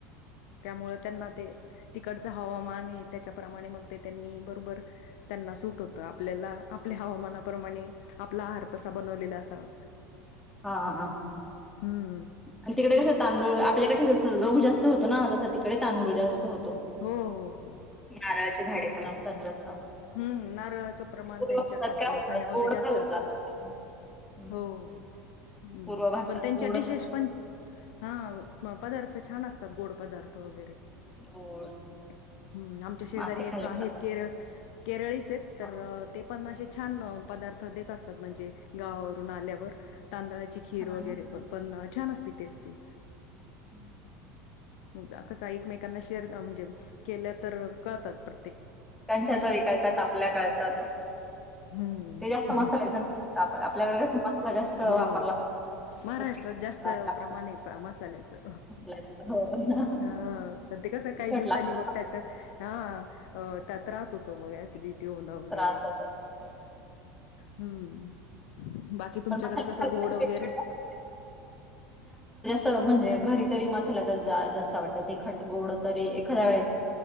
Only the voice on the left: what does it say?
त्यामुळे त्यांना ते तिकडचं हवामान हे त्याच्याप्रमाणे मग ते त्यांनी बरोबर त्यांना सूट होतं, आपल्याला आपल्या हवामानाप्रमाणे आपला आहार तसा बनवलेला असावा.
हम्म
हो हो हो
ते-
हम्म, नारळाचं प्रमाण
त्यांच्या
खाद्य
खाण्यामध्ये
जास्त
असतं.
हो, हम्म
पण त्यांच्या
डिशेस
पण हां म पदार्थ छान असतात गोड पदार्थ वगैरे
<inaudible> हम्म आमच्या शेजारी
एक
आहेत
केर केरळीचे आहेत तर
ते पण अशी छान पदार्थ देत असतात म्हणजे गावावरून आल्यावर. तांदळाची खीर
वगैरे
प पण छान असते टेस्टी.
<unintelligible> कसं एकमेकांना शेअर अ म्हणजे केलं तर कळतात प्र
हम्म
हो
महाराष्ट्रात
जास्त
प्रमाण आहे मसाल्याचं.
हां पण ते कसं
काही दिवसांनी
मग त्याचं हां हां अ ता त्रास होतो मग ऍसिडिटी होणं वगैरे
हम्म. की तुमच्याकड
कसं
गोड वगैरे